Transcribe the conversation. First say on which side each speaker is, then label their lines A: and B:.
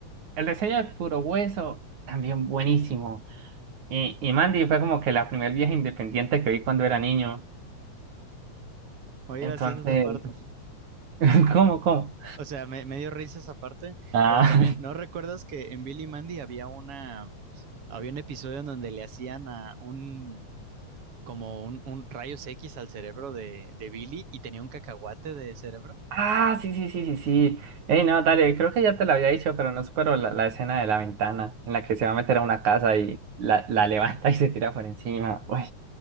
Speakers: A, on the right (about 75°); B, on the right (about 50°).
A: el diseño de puro hueso, también buenísimo. Y, y Mandy fue como que la primer vieja independiente que vi cuando era niño.
B: muy
A: Entonces,
B: graciosa esa parte. <laughs>
A: <laughs> ¿cómo, cómo?
B: O sea, me, me dio risa esa parte,
A: Ah,
B: pero también, ¿no recuerdas que en Billy y Mandy había una, había un episodio en donde le hacían a un, como un, un rayos X al cerebro de, de Billy y tenía un cacahuate de cerebro?
A: <laughs> ah, sí, sí, sí, sí, sí. Hey, no, dale, creo que ya te lo había dicho, pero no supero la, la escena de la ventana en la que se va a meter a una casa y la, la levanta y se tira por encima. Uy,